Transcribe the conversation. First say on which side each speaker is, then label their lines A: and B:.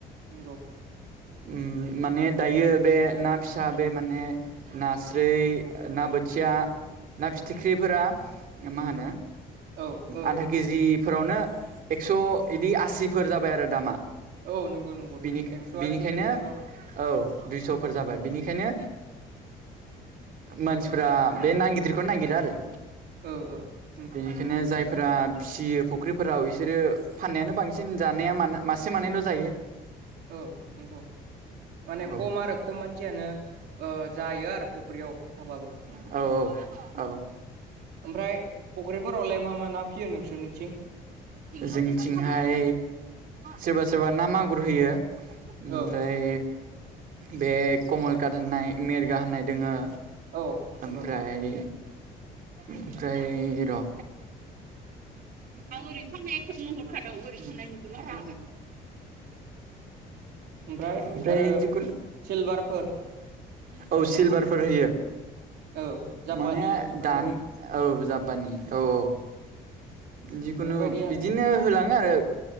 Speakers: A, on the right; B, on the right.
A: नंगौ।
B: माने दायो बे ना फिसा बे माने नास्राय ना बोथिया ना फिथिख्रिफोरा मा होनो
A: औ औ
B: आधा केजिफोरावनो
A: नंगौ
B: एक्स' बिदि आसिफोर जाबाय आरो दामा।
A: औ नंगौ नंगौ
B: बिनिखायनो
A: नंगौ एक्स' आसि दुइस' औ
B: औ दुइस'फोर जाबाय बिनिखायनो मानसिफ्रा बे नागिदिरखौनो नागिरा आरो।
A: औ औ
B: द बेखायनो जायफोरा फियो फुख्रिफोराव बिसोरो फाननायानो बांसिन जानाया मा मासे मानैल' जायो।
A: औ नंगौ माने
B: औ
A: खम आरो। खम मानसियानो जायो आरो फख्रियाव थाबाबो
B: औ औ। <unintelligible>
A: ओमफ्राय फुख्रिफोरावलाय मा मा ना फियो नोंसोरनिथिं
B: जोंथिंहाय सोरबा सोरबा ना मागुर होयो। ओमफ्राय
A: औ
B: बे कमलकात होननाय मेरगा होननाय दोङो।
A: औ नंगौ
B: ओमफ्राय ओमफ्राय र' आं ओरै खामनायखौ नुहरखादों ओरै खामनाय नुदों आरो।
A: ओमफ्राय
B: ओमफराय
A: आरो
B: जिखुनु
A: सिलभारफोर
B: औ सिलभारफोर होयो
A: औ जापानि
B: माने
A: बेफोरबायदि
B: दानि औ जापानि औ औ जिखुनु
A: बेफोरबायदि
B: बिदिनो
A: आरो
B: होलाङो आरो।